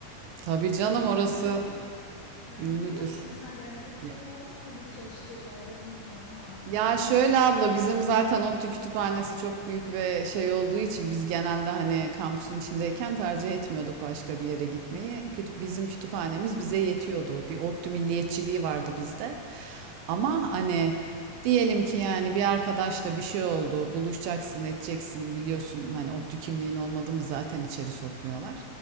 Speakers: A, on the right; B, on the left.
A: Tabii canım
B: Milli
A: orası
B: Kütüphane'ye gidip yani
A: ünlüdür.
B: bi- biliyor musun sen de yani gittiğin
A: Ya,
B: olmuş muydu hiç çalıştığın orada bilmiyorum ama
A: Ya
B: yani
A: şöyle abla bizim zaten ODTÜ kütüphanesi çok büyük ve şey olduğu için biz genelde hani kampüsün içindeyken tercih etmiyorduk başka bir yere gitmeyi.
B: hmm,
A: Kütüp bizim kütüphanemiz bize yetiyordu. Bir ODTÜ milliyetçiliği vardı bizde. Ama
B: hmm,
A: hani
B: tabii
A: diyelim ki yani bir arkadaşla bir şey oldu, buluşacaksın, edeceksin biliyorsun hani ODTÜ kimliğin olmadı mı zaten içeri sokmuyorlar.